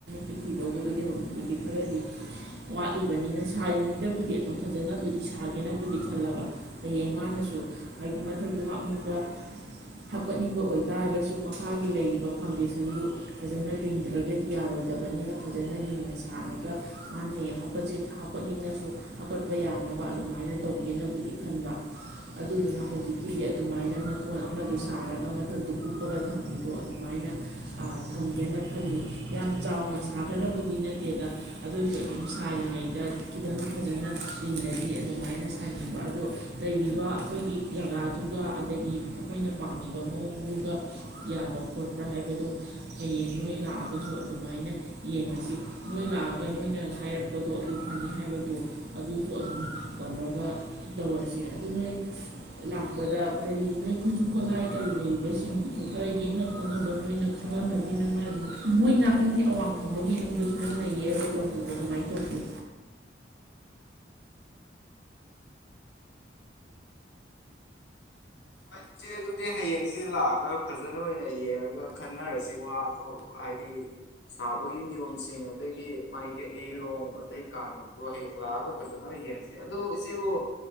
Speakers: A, on the right (about 60°); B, on the left (about 70°).
A: ꯄꯤꯛꯈꯤꯗꯧꯕꯗꯨꯗꯤ ꯍꯧꯖꯤꯛꯇꯨꯗꯤ ꯈꯔꯗꯤ ꯋꯥꯠꯂꯤꯕꯅꯤꯅ ꯁꯥꯔꯤꯉꯩꯗꯕꯨꯗꯤ ꯑꯗꯨꯝ ꯐꯖꯅꯕꯨꯗꯤ ꯁꯥꯒꯦꯅꯕꯨꯗꯤ ꯈꯜꯂꯕ ꯍꯌꯦꯡ ꯃꯥꯅꯁꯨ ꯍꯥꯏꯗꯤ ꯃꯊꯛꯇꯨ ꯍꯥꯞꯅꯤꯡꯕ ꯍꯥꯞꯀꯠꯅꯤꯡꯕ ꯑꯣꯏꯇꯥꯔꯒꯁꯨ ꯃꯈꯥꯒꯤ ꯂꯩꯔꯤꯕ ꯐꯥꯎꯟꯗꯦꯁꯟꯗꯨ ꯐꯖꯅ ꯂꯤꯡꯗ꯭ꯔꯒꯗꯤ ꯌꯥꯔꯣꯏ ꯐꯖꯕꯅꯤꯅ ꯐꯖꯅ ꯂꯤꯡꯅ ꯁꯥꯔꯒ ꯃꯥꯅ ꯍꯌꯦꯡ ꯀꯥ ꯍꯥꯞꯀꯠꯅꯤꯡꯉꯁꯨ ꯍꯥꯀꯠꯄ ꯌꯥꯅꯕ ꯑꯗꯨꯃꯥꯏꯅ ꯇꯧꯒꯦꯅꯕꯨꯗꯤ ꯈꯟꯕ ꯑꯗꯨꯗꯨꯅ ꯍꯧꯖꯤꯛꯀꯤꯗꯤ ꯑꯗꯨꯃꯥꯏꯅ ꯃꯇꯣꯟ ꯑꯃꯗꯨ ꯁꯥꯔꯒ ꯃꯊꯛꯇ ꯎꯨꯞꯄꯒ ꯊꯝꯕꯤꯗꯣ ꯑꯗꯨꯃꯥꯏꯅ ꯊꯝꯒꯦꯅ ꯈꯜꯂꯤ ꯌꯥꯝ ꯆꯥꯎꯅ ꯁꯥꯒꯗꯕꯗꯤ ꯅꯠꯇꯦꯗ ꯑꯗꯨꯁꯨ ꯑꯗꯨꯝ ꯁꯥꯔꯤꯉꯩꯗ ꯈꯤꯇꯪ ꯐꯖꯅ ꯂꯤꯡꯅꯗꯤ ꯑꯗꯨꯃꯥꯏꯅ ꯁꯥꯅꯤꯡꯕ ꯑꯗꯣ ꯂꯩꯔꯤꯕ ꯑꯩꯈꯣꯏꯒꯤ ꯖꯒꯥꯗꯨꯒ ꯑꯗꯒꯤ ꯑꯩꯈꯣꯏꯅ ꯄꯥꯝꯃꯤꯕ ꯃꯑꯣꯡꯗꯨꯒ ꯌꯥꯕ ꯈꯣꯠꯄ꯭ꯔꯥ ꯍꯥꯏꯕꯗꯣ ꯍꯌꯦꯡ ꯅꯣꯏ ꯂꯥꯛꯑꯒꯁꯨ ꯑꯗꯨꯝ ꯑꯗꯨꯃꯥꯏꯅ ꯌꯦꯡꯉꯁꯤ ꯅꯣꯏ ꯂꯥꯛꯑꯒ ꯅꯣꯏꯅ ꯍꯥꯏꯔꯛꯄꯗꯣ ꯑꯗꯨ ꯐꯅꯤ ꯍꯥꯏꯕꯗꯣ ꯑꯗꯨꯁꯨ ꯑꯗꯨꯝ ꯇꯧꯔꯒ ꯇꯧꯔꯁꯤ ꯑꯗꯨ ꯅꯣꯏ ꯂꯥꯛꯄꯗ ꯀꯔꯤ ꯅꯣꯏ ꯈꯨꯠꯁꯨ ꯈꯨꯠꯂꯥꯏ ꯀꯔꯤ ꯂꯩꯕꯁꯤꯡꯁꯨ ꯈꯔ ꯌꯦꯛꯅ ꯈꯣꯠꯅꯕꯥ ꯅꯣꯏꯅ ꯈꯪꯉꯝꯂꯥꯅꯤ ꯅꯡꯅꯥ ꯑꯗꯨꯝ ꯅꯪꯒꯤ ꯑꯋꯥꯡ ꯊꯡꯕꯒꯤ ꯌꯨꯝꯗꯁꯨ ꯅꯪꯅ ꯌꯦꯛꯑꯒ ꯇꯧꯒꯤꯕ꯭ꯔꯣꯕ ꯀꯃꯥꯏꯅ ꯇꯧꯕꯅꯣ
B: ꯍꯣꯏ ꯏꯆꯦ ꯑꯗꯨꯗꯤ ꯍꯌꯦꯡꯁꯤ ꯂꯥꯛꯑꯒ ꯐꯖꯅ ꯑꯣꯏꯅ ꯌꯦꯡꯉꯒ ꯈꯟꯅꯔꯁꯤ ꯋꯥ ꯑꯗꯣ ꯍꯥꯏꯗꯤ ꯁꯥꯕꯒꯤ ꯅꯤꯌꯣꯝꯁꯤꯡ ꯑꯗꯒꯤ ꯃꯥꯏ ꯀꯛꯏꯔꯣꯡ ꯑꯗꯩ ꯀꯥꯅꯣꯗꯣ ꯍꯌꯦꯡ ꯂꯥꯛꯑꯒ ꯐꯖꯅ ꯌꯦꯡꯉꯁꯤ ꯑꯗꯣ ꯏꯆꯦꯕꯨ